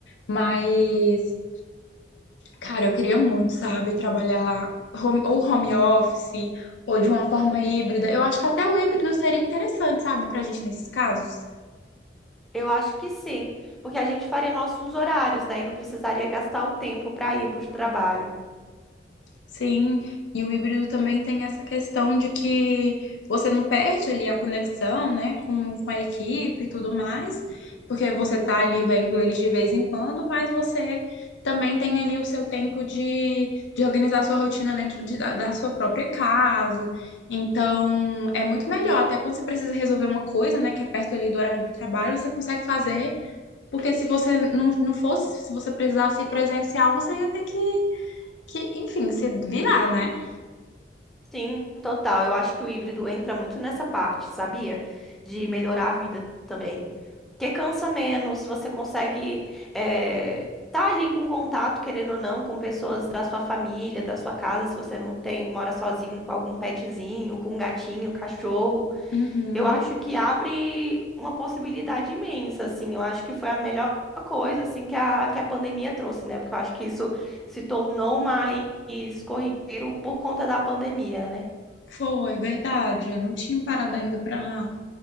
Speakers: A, on the left; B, in the centre.
A: mas. Cara, eu queria muito, sabe, trabalhar home- ou home office ou de uma forma híbrida. Eu acho que até o híbrido seria interessante, sabe, pra gente nesses casos.
B: eu acho que sim, porque a gente faria nossos horários, né, e não precisaria gastar o tempo para ir para o trabalho.
A: Sim, e o híbrido também tem essa questão de que você não perde ali a conexão, né, com, com a equipe e tudo mais, porque você tá ali vendo eles de vez em quando, mas você também tem ali o seu tempo de, de organizar sua rotina dentro de- da, da sua própria casa. Então, é muito melhor, até quando você precisa resolver uma coisa, né, que é perto ali do horário do trabalho, você consegue fazer, porque se você não, não fosse, se você precisasse ir presencial, você ia ter que que, enfim, se virar, né?
B: Sim, total. Eu acho que o híbrido entra muito nessa parte, sabia? De melhorar a vida também. Porque cansa menos, você consegue estar tá ali com contato, querendo ou não, com pessoas da sua família, da sua casa, se você não tem, mora sozinho, com algum petzinho, com um gatinho, cachorro.
A: Uhum.
B: Eu acho que abre uma possibilidade imensa, assim. Eu acho que foi a melhor coisa, assim, que a, que a pandemia trouxe, né? Porque eu acho que isso se tornou mais corriqueiro por conta da pandemia, né?
A: Foi, verdade. Eu não tinha parado ainda para